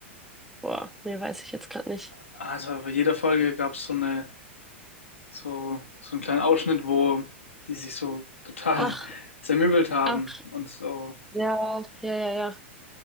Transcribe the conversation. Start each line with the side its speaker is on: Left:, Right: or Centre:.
Centre: boah, nee, weiß ich jetzt gerade nicht.
Left: Also bei jeder Folge gab es so eine, so, so einen kleinen Ausschnitt, wo die sich so total
Centre: Ach,
Left: <laughs> zermürbelt haben
Centre: ach,
Left: und so.
Centre: ja, ja, ja, ja.